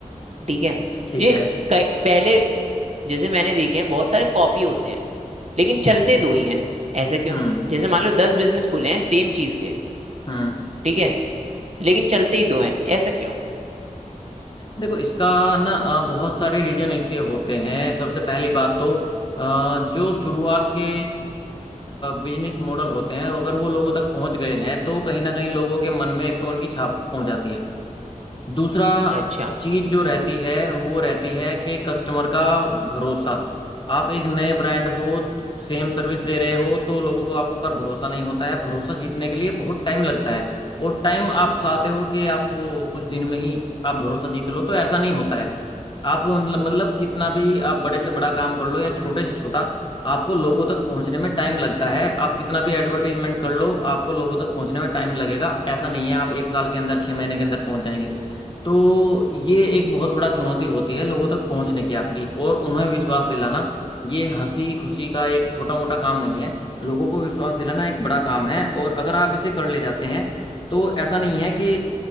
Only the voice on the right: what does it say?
ठीक है
ये
कई- पहले जैसे मैंने देखे हैं बहुत सारे कॉपी होते हैं लेकिन चलते दो ही हैं ऐसा क्यों
जैसे मान लो दस बिजनेस खुले हैं सेम चीज के
ठीक है लेकिन चलते ही दो हैं ऐसा क्यों
अच्छा